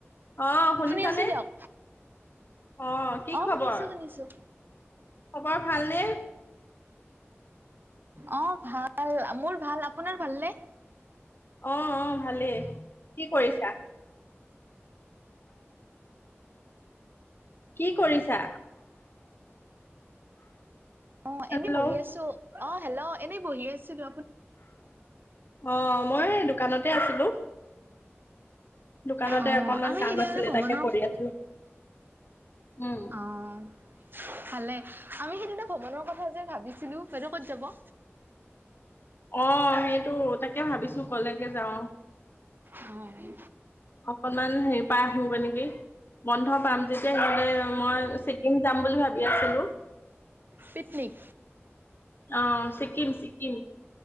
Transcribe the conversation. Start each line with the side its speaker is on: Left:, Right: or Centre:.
Left: অ শুনিছানে?
Right: শুনি আছো দিয়ক
Left: অ কি
Right: অ'
Left: খবৰ?
Right: শুনিছো শুনিছো।
Left: খবৰ ভালনে?
Right: অ' ভাল, মোৰ ভাল, আপোনাৰ ভালনে?
Left: অ', অ'। ভালেই, কি কৰিছা? কি কৰিছা?
Right: অ'
Left: হেল্ল'
Right: এনে বহি আছো, অ' হেল্ল'। এনেই বহি আছো ৰ।
Left: অ' মই দোকানতে আছিলো। দোকানতে
Right: অ
Left: অকনমান
Right: আমি
Left: কাম
Right: সেইদিনা
Left: আছিলে,
Right: ভ্ৰমণৰ
Left: তাকে কৰি আছিলো। উম
Right: অ'। ভালে, আমি সেইদিনা ভ্ৰমণৰ কথা যে ভাবিছিলো, বাইদ' ক'ত যাব?
Left: অ' সেইটো, তাকে ভাবিছো কলেকে যাও।
Right: হয়।
Left: অকনমান হেৰি পাই আহোগৈ নেকি, বন্ধ পাম তেতিয়াহ'লে মই ছিকিম যাম বুলি ভাবি আছিলো।
Right: পিকনিক।
Left: অ' ছিকিম, ছিকিম।